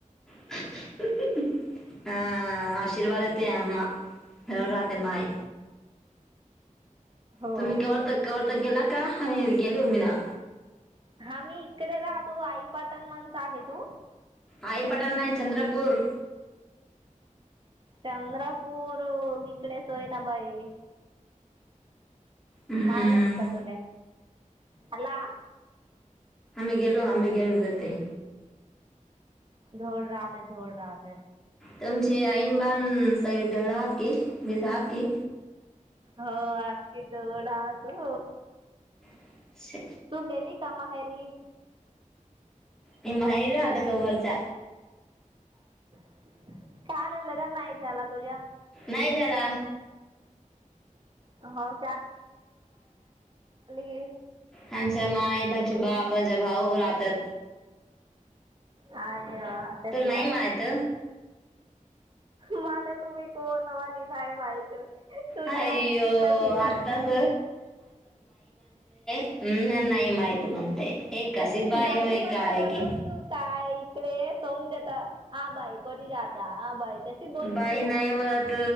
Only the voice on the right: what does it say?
हो
हा मी इकडे राहतो आईपाटण म्हणंत आहे तू
चंद्रपूर इकडे सोयनाबाई
मालूम का तुरे हला
दौड राहा ते दौड राहा ते
हो अख्खी तवड हा तू
गेली का माहेरी
काय आलेलं काय नाही घ्याला तुझ्या?
हां की
हाय. अ आतेशी
का
मालक तुम्ही कोण म नाही माहित, तुझी
आक्की कसी
माहि
त्याची
बाई
मला
बोलवतो
काय इकडे सम द्याता हं बाई कोटी जा दहा बाई तशी बोलतो